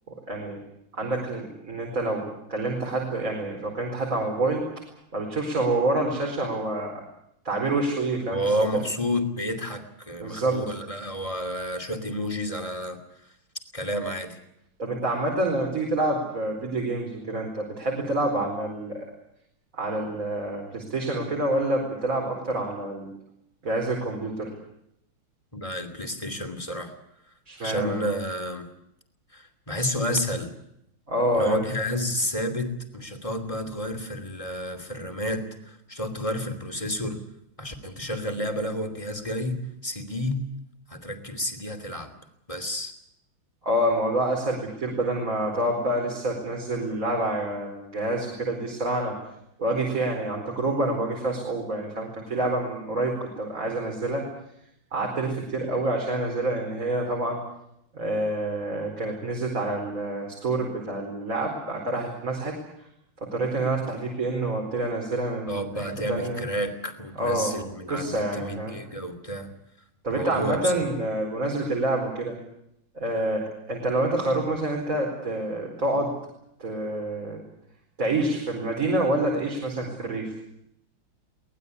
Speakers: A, on the right; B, on the left.
A: يعني عندك ال- ان انت لو كلمت حد يعني لو كلمت حد على موبايل ما بتشوفش هو ورا الشاشة هو تعبير وشه ايه فاهم
B: هو
A: بس انت
B: آه، مبسوط بيضحك مخنوق
A: بالظبط
B: ولا لا هو شويه ايموجيز على كلام عادي
A: طب انت عامة لما بتيجي تلعب فيديو جيمز وكده انت بتحب تلعب على على البلاي ستيشن وكده ولا بتلعب اكتر على جهاز الكمبيوتر
B: ده البلاي ستيشن بصراحه
A: اشمعنى
B: عشان
A: بقى
B: آه، بحسه اسهل
A: اه
B: ان هو جهاز ثابت مش هتقعد بقى تغير في ال- في الرامات مش هتقعد تغير في البروسيسور عشان تشغل لعبة لا هو الجهاز جاي سي دي هتركب السي دي هتلعب بس
A: اه الموضوع اسهل بكتير بدل ما تقعد بقى لسه تنزل اللعبة على الجهاز وكده دي الصراحة انا بواجه فيها يعني عن تجربة انا بواجه فيها صعوبة يعني فاهم كان في لعبة من قريب كنت عايز انزلها قعدت الف كتير قوي عشان انزلها لان هي طبعا آه، كانت نزلت على الستور بتاع اللعب بعد كده راحت اتمسحت فاضطريت ان انا افتح في بي ان وابتدي انزلها من
B: تقعد بقى
A: حتة
B: تعمل
A: تانية
B: كراك وتنزل
A: اه
B: من
A: قصة
B: على النت
A: يعني
B: 100
A: فاهم
B: جيجا وبتاع
A: طب
B: موضوع
A: انت عامة
B: بصراحة
A: آه، بمناسبة اللعب وكده آه، انت لو انت خيروك مثلا انت ت- تقعد ت- تعيش في المدينة ولا تعيش مثلا في الريف